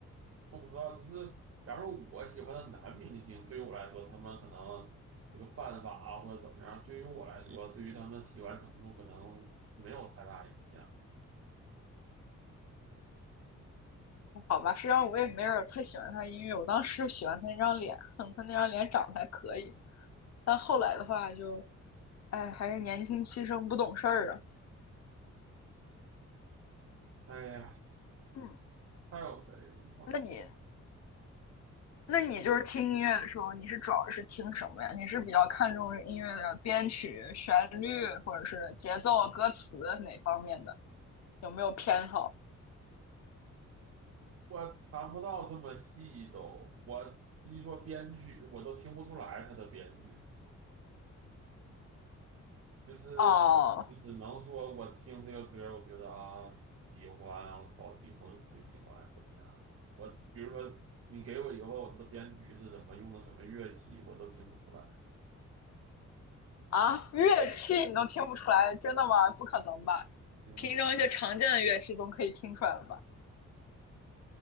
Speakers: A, on the right (about 50°); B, on the left (about 60°).
A: 我不知道，就是假如我喜欢的男明星，对于我来说，他们可能这个犯法啊或者怎么样，对于我来说，对于他们喜欢程度可能没有太大影响。
B: 好吧，实际上我也没有太喜欢他音乐，我当时就喜欢他那张脸，他那张脸长得还可以，但后来的话就，哎，还是年轻气盛不懂事儿啊。
A: 哎呀，
B: 嗯，
A: 还有谁？我想
B: 那你那你就是听音乐的时候，你是主要是听什么呀？你是比较看重音乐的编曲、旋律，或者是节奏、歌词哪方面的？有没有偏好？
A: 我谈不到这么细都，我一说编剧，我都听不出来他的编剧。就是
B: 哦，
A: 就只能说我听这个歌儿我觉得啊喜欢，好听或者不喜欢怎么样的。我比如说你给我以后它的编曲是什么，用的什么乐器，我都听不出来。
B: 啊，乐器你都听不出来，真的吗？不可能吧？
A: 嗯，
B: 平常一些常见的乐器总可以听出来吧？